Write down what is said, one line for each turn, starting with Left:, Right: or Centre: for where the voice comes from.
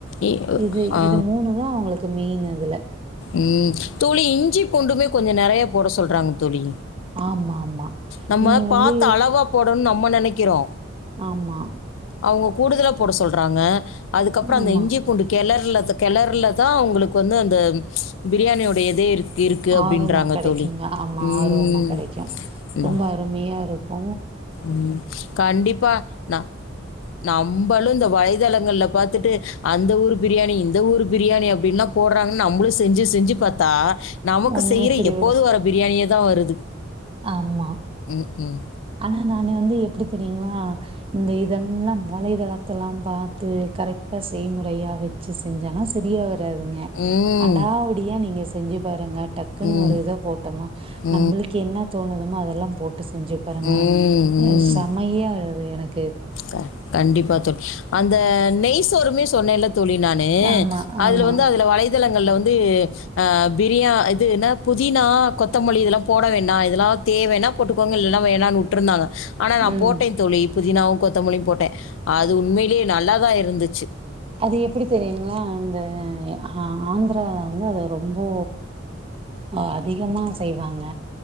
Left: எ
Right: இது
Left: அ
Right: இது மூணு தா அவங்களுக் கு மெயின் அதுல
Left: ம் தோழி இஞ்சி பூண்டுமே கொஞ்ச நெறைய போட சொல்றாங்க தோழி
Right: ஆமா ஆமா
Left: நம்ம
Right: நீங்க
Left: பாத்து
Right: வந்து
Left: அளவா போடணு நம்ம நெனக்கிறோ
Right: ஆமா,
Left: அவங்க கூடுதலாக போட சொல்றாங்க அதுக்கப்புறோ
Right: ஆமா.
Left: அந்த இஞ்சி பூண்டு கெளர் இல்ல அத கெளறுல தா அவங்களுக்கு வந்து அந்த பிரியாணியோடைய எதே இருக் இருக்கு அப்டின்றாங்க
Right: ஆரோமா கெடைக்குங்க.
Left: தோழி
Right: ஆமா,
Left: ம்
Right: ஆரோமா கெடைக்கும். ரொம்ப
Left: நா
Right: அருமையா இருக்கு
Left: ம் கண்டிப்பா ந நா நம்பளு இந்த வயதளங்கள்ல பாத்துட்டு அந்த ஊர் பிரியாணி இந்த ஊர் பிரியாணி அப்டின்ல்லா போடுறாங்கன் ந ம்பளு செஞ்சு செஞ்சு பாத்தா நமக்கு
Right: ஒண்ணுமே
Left: செய்யற
Right: சரி
Left: எப்போது
Right: வரு
Left: வர பிரியாணியேதா வருது
Right: ஆமா.
Left: ம் ம்
Right: ஆனா நானே வந்து எப்டி தெரியுங்களா இந்த இதெல்லா வலையதளத்தெல்லா பாத்து க கரெக்டா செய்முறையா வெ வெச்சு செஞ்சானா சரியா வராதுங்க
Left: ம்
Right: அடாவடியா நீங்க செஞ்சு பாருங்க டக்குன்னு
Left: ம்
Right: ஒரு இத போட்டோமா
Left: ம்
Right: நம்மளுக்கு என்ன தோணுதுமோ அதெல்லா போட்டு செஞ்சு பாருங்க
Left: ம்
Right: அ
Left: ம்
Right: செமையா வருது எனக்
Left: க கண்டிப்பா தோ அந்த நெய் சோருமே சொன்னோலத் தோழி நானு
Right: ஆமா ஆமா
Left: அதுல வந்து அதுல வலைய த்தளங்கள்ல வந்து ஆ பிரியா இது என்ன புதினா கொத்தமல்லி இதெல்லா போட வேண்டா இதெல்லா அ தேவைன்னா போட்டுக்கோங்க இல்லைன்னா வேணானு வுட்ருந்தாங்க ஆனா நா
Right: ம்
Left: போட்டே தோழி புதினாவு கொத்தமல்லியு போட்டே அது உண்மையிலேயே நல்லாதா இருந்து
Right: அது எப்டி தெரியுங்களா இந்த ஹா ஆந்துரா வந்து அத ரொம்போ அ அதிகமா செய்வாங்க